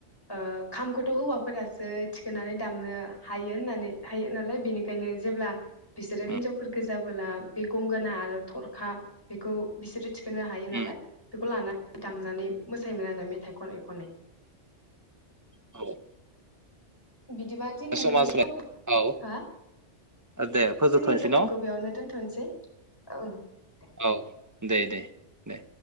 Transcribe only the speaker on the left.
ओ खामखौथ' हौवाफोरासो थिखोनानै दामनो हायो होननानै हायो नालाय बेनिखायनो जेब्ला बिसोरो
हिनजाव फोर गोजाबोला बे गंगोना आरो थरखा बेखौ बिसोरो थिखोनो हायो
नालाय बेखौ लाना दामनानै मोसायोमोन आरो मेथाइ खनै खनै
बिदिबा दिनैनि
टपिक
हो
दिनैनि टपिकखौ
बेयावनो दोनथ'नोसै ओं दे।